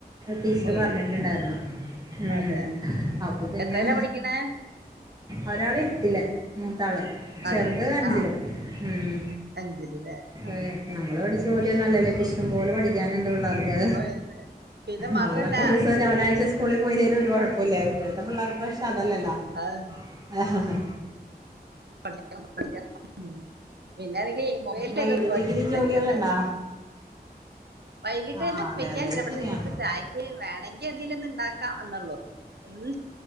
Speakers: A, on the right (about 25°); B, on the right (about 80°).
A: ടീച്ചറ്
B: ഒയ്യോ
A: പറഞ്ഞിട്ടുണ്ടായിരുന്നു ഉം
B: അതെ
A: അപ്പൊ പിന്നെ-
B: എത്രയിലാ പഠിക്കണേ
A: ഒരാള് എട്ടില് മൂത്താള് ചെറുത്
B: അതെ
A: അഞ്ചിലും
B: ആ
A: ഉം
B: അഞ്ചിലല്ലേ ആ
A: അതെ നമ്മള് പഠി- ജോലിയൊന്നും അല്ലല്ലോ ഇപ്പ ഇഷ്ടം പോലെ പഠിക്കാനുണ്ട് പിള്ളേർക്ക്
B: ഓ, അതെ പിന്നെ മാത്രല്ല
A: നമ്മളൊക്കെ ഒരു ദിവസം
B: ഇത്
A: ഒരാഴ്ച
B: ഇതിപ്പോ
A: സ്കൂളിൽ പോയില്ലേലും ഒരു കൊഴപ്പമില്ലായിരുന്നു ഇപ്പോഴത്തെ പിള്ളേർക്ക് പക്ഷെ അത് അല്ലല്ലോ
B: ആഹ <unintelligible>
A: ആഹ ഹഹ
B: <unintelligible> പിന്നെ ആണെങ്കിൽ മൊബയിലിനെയൊക്കെ
A: വൈകിട്ടത്തേക്ക്
B: ഒഴിവാക്കിട്ട്
A: ഇനി ജോലികളുണ്ടാ
B: ഏറ്റവും നല്ലത് വൈകിട്ട്
A: ആഹ് അതെ
B: വെക്കാനില്ല
A: അതെ അത്
B: പക്ഷെയിപ്പ
A: ശരിയാ
B: ചായക്ക് വേണങ്കിൽ എന്തെലും ഒന്ന് ഇണ്ടാക്കാം എന്നൊള്ളു ഉം